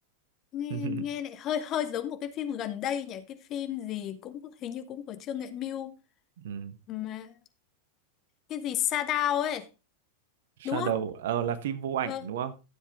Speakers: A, on the left; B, on the right.
A: nghe
B: <laughs>
A: nghe lại hơi hơi giống một cái phim gần đây nhỉ cái phim gì cũng hình như cũng của Trương Nghệ Mưu
B: ừ.
A: mà cái gì Sa Đao ấy
B: Shadow
A: đúng không
B: ờ, là phim vô ảnh
A: ờ
B: đúng không